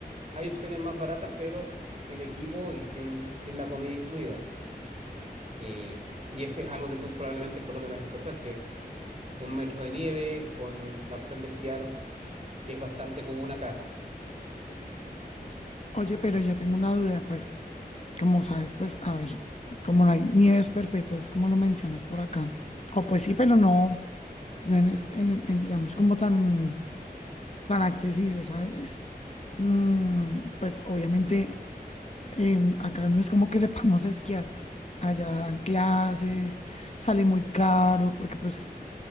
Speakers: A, on the right; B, on the left.
A: Hay opciones más baratas, pero sin equipo y sin, sin la comida incluida. Eh, y ese es algo que tú probablemente en Colombia no vas a encontrar, que es un metro de nieve con la opción de esquiar, que es bastante común acá.
B: Oye, pero yo tengo una duda, pues, como sabes, pues, a ver, como no hay nieves perpetuas, como lo mencionas por acá, o pues sí, pero no, no en, es- en- en, digamos, como tan, tan accesible, ¿sabes? Mm, pues obviamente em, acá no es como que <laughs> sepamos esquiar. Allá dan clases, sale muy caro, porque pues,